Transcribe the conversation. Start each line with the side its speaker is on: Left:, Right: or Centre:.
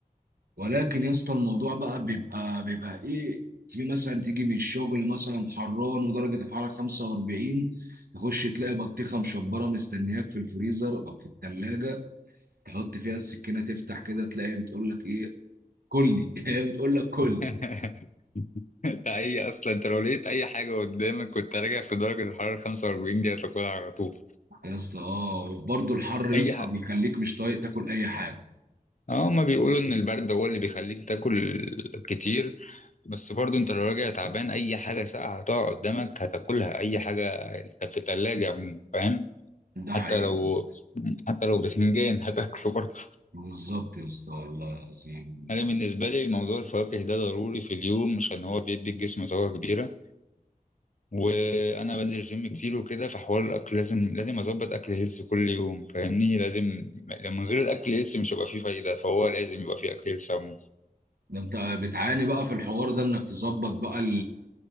Right: ولكن يا اسطى الموضوع بقى بيبقى بيبقى ايه تيجي مثلا تيجي من الشغل مثلا حران ودرجه الحراره 45 تخش تلاقي بطيخه مشبره مستنياك في الفريزر او في الثلاجه تحط فيها السكينه تفتح كده تلاقي بتقول لك ايه كلني <laughs> هي بتقول لك كلني
Left: <laughs> انت اي اصلا انت لو لقيت اي حاجه قدامك كنت راجع في درجه الحراره 45 دي هتاكلها على طول
Right: يا اسطى اه وبرضه الحر يا
Left: اي
Right: اسطى
Left: حاجه
Right: بيخليك مش طايق تاكل اي حاجه
Left: اه ما بيقولوا ان البرد هو اللي بيخليك تاكل كتير بس برضو انت لو راجع تعبان اي حاجه ساقعه هتقع قدامك هتاكلها اي حاجه كانت في الثلاجه فاهم
Right: ده حقيقي
Left: حتى لو
Right: يا اسطى
Left: حتى لو بفنجان <laughs> هتاكله برضه
Right: بالظبط يا اسطى والله العظيم
Left: انا بالنسبه لي موضوع الفواكه ده ضروري في اليوم عشان هو بيدي الجسم طاقه كبيره وانا بنزل جيم كتير وكده فحوار الاكل لازم لازم اظبط اكل هيلث كل يوم فاهمني لازم من غير الاكل هيلث مش هيبقى فيه فايده فهو لازم يبقى فيه اكل هيلث عموما.
Right: ده انت بتعاني بقى في الحوار ده انك تظبط بقى